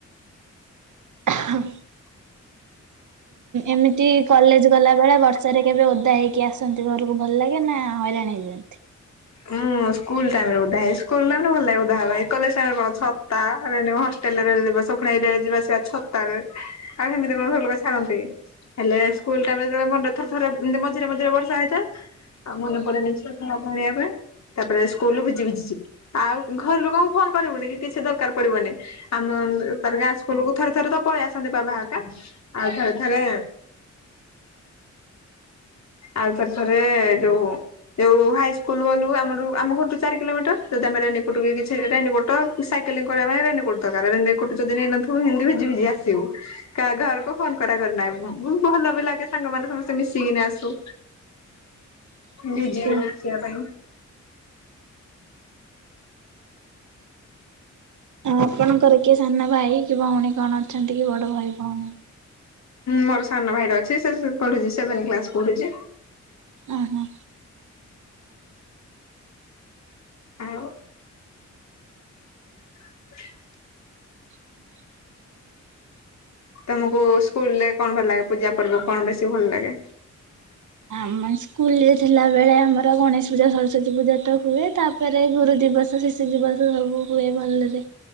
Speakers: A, on the right; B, on the left.
A: ହଁ। ଏମିତି କଲେଜ ଗଲାବେଳେ ବର୍ଷାରେ କେବେ ଓଦା ହେଇକି ଆସନ୍ତି ଘରକୁ ଭଲ ଲାଗେ ନା ହଇରାଣ ଦିଅନ୍ତି
B: ଉ ମୁଁ ସ୍କୁଲ ଟାଇମ ରେ ଉଧା ସ୍କୁଲ ଟାଇମ ରେ ଭଲ ଲାଗେ ଉଧାହ ଭାଇ କଲେଜ ଟାଇମରେ କଣ ରେ ହଷ୍ଟେଲ ରେ ରିବ ସୁ ଏଇ ଯିବାସିବା ଛତା ରେ। ଆଉ ସେମିତି କଣ ହଲୋକ ଛାଡ଼ନ୍ତି କି। ହେଲେ ସ୍କୁଲ ଟାଇମ ରେଳେ ମରେ ଥରେ ଥରେ ମଝିରେ ମଝିରେ ବର୍ଷା ହେଇଥା ଆଉ ମନେ ପଡେନ। ହ ଧାରିବା ପାଇଁ ତାପରେ ସ୍କୁଲୁ ଭିଜି ଭିଜିଯିବୁ ଆଉ ଘର ଲୋକଙ୍କୁ ଫୋନ କରିବୁନି କି କିଛି ଦରକାର ପଡିବନି। ଆମରଗାଁ ସ୍ୁଲକୁ ଥରେ ଥରେ ତ ପଳେଇ ଆସନ୍ତି ବାବାକା ଆଉ ଥରେ ଥରେ ଆଉ ତାର ଥରେ ଯୋଉ ଯୋଉ ହାଇସ୍କୁଲ ହଲୁ ଆମର ଆମ ଘରଠୁ ଚାରି କିଲୋମିଟର ଯଦି ଆମରେ ନିକଟ କିଛି ନିକଟ। ସାଇକେଲିଂ କରିବା ପାଇଁ ରେନିୋଟ ଦର ରେନିୋଟ ଯଦ ନେଇ ନଥିବ ହିତି ଭିଜି ଭିଜି ଆସିବୁ। ଘରକୁ ଫୋନ କରା କରି ନାହିଁ ଭଲ ବି ଲାଗେ ସାଙ୍ଗମାନୋନ ସମସ୍ତେ ମିଶିକିନ ଆସୁ।
A: <inaudible>
B: ଜ
A: ଆଜ୍ଞା।
B: ଜି ବିନାସିବା ପାଇଁ।
A: ଆପଣଙ୍କର କିଏ ସାନ ଭାଇ କି ଭଉଣୀ କଣ ଅଛନ୍ତି କି ବଡ ଭାଇ ଭଉଣୀ।
B: ମୋର ସାନ ଭାଇର ଅଛି ସେ ପଢୁଛି ସେଭେନ କ୍ଲାସ ପଢୁଛି।
A: ଓ ହୋ।
B: ଆଉ। <inaudible>
A: <inaudible>
B: ତମକୁ ସ୍କୁଲରେ କଣ ଭଲ ଲାଗେ ପୂଜା ପର୍ବ କଣ ବେଶୀ ଭଲ ଲାଗେ।
A: ଆମ ସ୍କୁଲରେ ଥିଲାବେଳେ ଆମର ଗଣେଶ ପୂଜା ସରସ୍ଵତୀ ପୂଜା ତ ହୁଏ ତା। ରେ ଗୁରୁ ଦିବସ ଶିଶୁ ଦିବସ ସବୁ ହୁଏ ଭଲରେ